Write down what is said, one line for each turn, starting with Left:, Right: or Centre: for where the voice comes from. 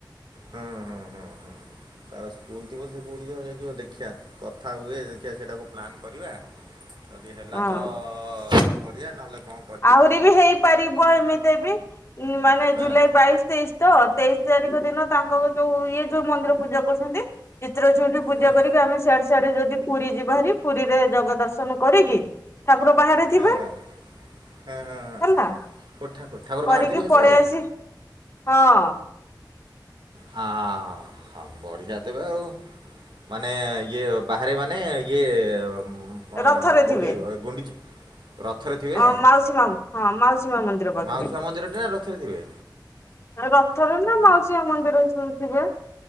Right: ହୁଁ ହୁଁ ହୁଁ ହୁଁ। ତାର ସ୍କୁଲ ଥିବ ସେ କୋଉଠି <inaudible> ଯିବା ଦେଖିିବା। କଥା ହୁଏ ଦେଖିବା ସେଇଟାକୁ ପ୍ଲାନ୍ କରିବା। ଯଦି ହେଲା
Left: ହଁ
Right: ତ-ଅ-ଅ-ଅ କରିବା ନହେଲେ କଅଁ
Left: ଆହୁରି ବି ହେଇପାରିବ ଏମିତି ବି ମାନେ
Right: ହଁ
Left: ଜୁଲାଇ ବାଇଶ୍ ତେଇଶ ତ, ତେଇଶ ତାରିଖ ଦିନ ତାଙ୍କର ଯୋଉ ଇଏ ଯୋଉ ମନ୍ଦିର ପୂଜା କରୁଛନ୍ତି ଚିତ୍ର <unintelligible> ପୂଜା
Right: ହଁ
Left: କରିକି ଆମେ ସିଆଡେ ସିଆଡେ ଯଦି ପୁରୀ ଯିବା ହେରି ପୁରୀରେ ଜଗା ଦର୍ଶନ କରିକି ଠାକୁର ବାହାରେ
Right: ହାଁ-ହାଁ,
Left: ଥିବେ
Right: ହାଁ-ହାଁ-ହାଁ
Left: ହେଲା
Right: ଓ ଠାକୁ ଠାକୁର
Left: କରିକି
Right: ବାହାରେ ଥିବେ ସେତେବେଳେ?
Left: ପଳେଇ ଆସି ହଁ।
Right: ହାଁ-ଆ-ଆ-ଆ ହାଁ ବଢିଆ ତେବେ ଆଉ। ମାନେ ଇଏ ବାହାରେ ମାନେ ଇଏ ଅ-ଅ-ଅ
Left: ରଥରେ
Right: କୋଉଠି
Left: ଥିବେ।
Right: ଏଇ ଗୁଣ୍ଡିଡ଼ି। ରଥରେ ଥିବେ?
Left: ଅ ମାଉସୀ ମା ହଁ ମାଉସୀ ମା ମନ୍ଦିର ପାଖରେ।
Right: ମାଉସୀ ମାଆ ମନ୍ଦିରଟି ନା ରଥରେ ଥିବେ?
Left: ରଥରେ ନା ମାଉସୀ ମାଆ ମନ୍ଦିରେ ଶୋଇଥିବେ।